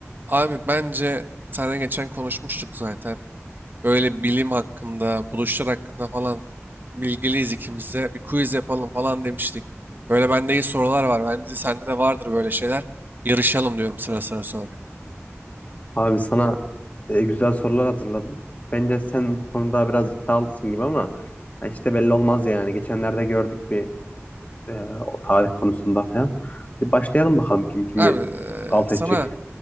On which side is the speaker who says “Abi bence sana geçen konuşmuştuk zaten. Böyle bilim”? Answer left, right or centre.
Right